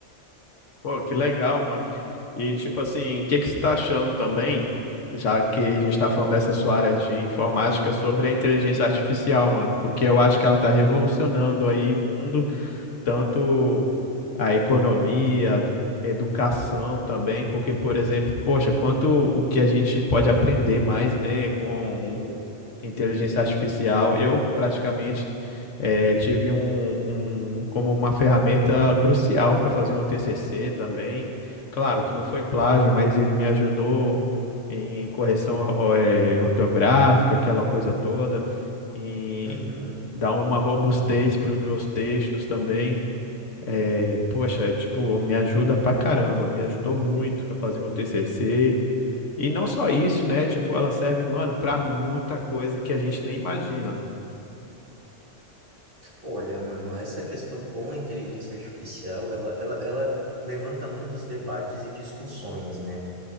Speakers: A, on the left; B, on the right.
A: Pô, que legal, mano. E tipo assim, o que que você está achando também, já que a gente está falando dessa sua área de informática, sobre a inteligência artificial, mano? Porque eu acho que ela está revolucionando aí o mundo tanto a economia, a educação também, porque, por exemplo, poxa, quanto o que a gente pode aprender mais, né, com o- inteligência artificial. Eu praticamente eh, tive um, um como uma ferramenta crucial para fazer meu TCC também. Claro que não foi plágio, mas ele me ajudou em correção or- eh, ortográfica, aquela coisa toda, em
B: Uhum.
A: dar uma robustez para os meus textos também. E, Poxa, é, tipo, me ajuda pra caramba, me ajudou muito pra fazer meu TCC. E não só isso, né? Tipo, ela serve, mano, pra muita coisa que a gente nem imagina.
B: Olha, mano, essa questão com a inteligência artificial, ela, ela, ela levanta muitos debates e discussões, né?